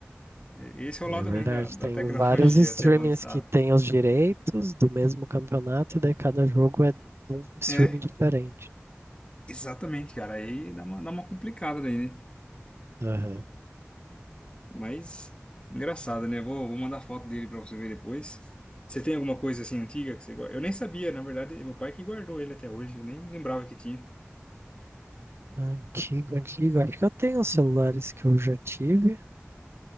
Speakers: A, on the left; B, on the right.
A: E- Esse é
B: E
A: o lado
B: É verdade,
A: ruim da, da
B: tem
A: tecnologia
B: vários streamings
A: ter avançado.
B: que têm os direitos do mesmo campeonato, e daí cada jogo é num streaming
A: É,
B: diferente.
A: exatamente, cara. Aí dá uma, dá uma complicada daí, né?
B: Aham.
A: Mas engraçado, né? Vou, vou mandar foto dele pra você ver depois. Você tem alguma coisa assim antiga que você gosta? Eu nem sabia, na verdade, meu pai que guardou ele até hoje, eu nem lembrava que tinha.
B: Antigo, antigo. Acho que eu tenho os celulares que eu já tive.